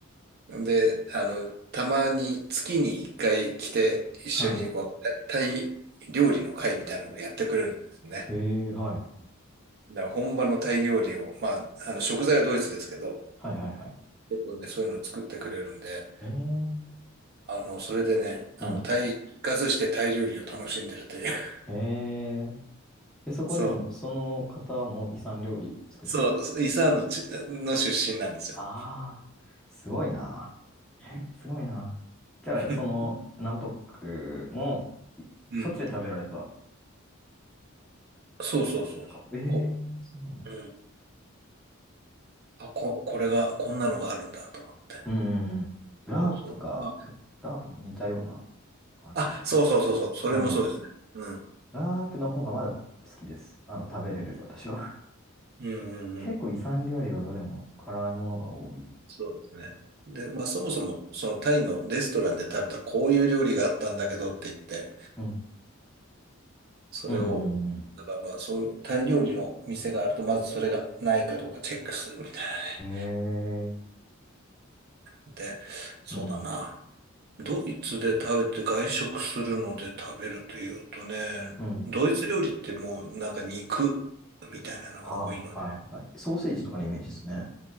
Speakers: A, on the right (about 50°); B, in the centre.
A: で、あの、たまに月に一回来て、一緒にこう、
B: はい。
A: タイタイ料理の会みたいなのをやってくれるんですね。
B: へえ、はい。
A: だから本場のタイ料理を、まあ、あの、食材はドイツですけど、
B: はいはいはい。
A: 結構ね、そういうのを作ってくれるんで、
B: へえ。
A: あの、それでね、あの、
B: うん。
A: タイ、行かずしてタイ料理を楽しんでるという。<laughs>
B: へえ。で、そこでも、
A: そう、
B: その方も遺産料理作ってくれる。
A: そう、イサーンのち、の出身なんですよ。
B: ああ、すごいな。え、
A: うん。
B: すごいな。じゃあ、
A: <laughs>
B: その、ナムトックも、
A: うん
B: そっちで食べられたんで
A: そうそうそう。
B: すかええー、
A: こ、
B: そうなの。
A: うん。あ、こ、これが、こんなのがあるんだと思って。
B: うんうんうん。ラープとか、
A: そうそう。まあ
B: ラープも似たような感じですけど。
A: あ、そうそうそうそう。それもそうですね。
B: ええ
A: うん。
B: ラープの方がまだ好きです。あの、食べれる、
A: うん、
B: 私は。
A: うん、うんうん。
B: <laughs> 結構遺産料理はどれも辛いものが多い。
A: そうですね。で、まあそもそも、そのタイのレストランで食べたこういう料理があったんだけどって言って、
B: うん。
A: それを、
B: うんうんうんうん。
A: だからまあそういうタイ料理の店があると、まずそれがないかどうかチェックするみたいなね。
B: へえ。
A: で、そうだな。
B: うん。
A: ドイツで食べて外食するので食べるというとね、
B: うん
A: ドイツ料理ってもうなんか肉みたいなのが多いの
B: はあ、はい、はい。ソーセージとかのイメージですね。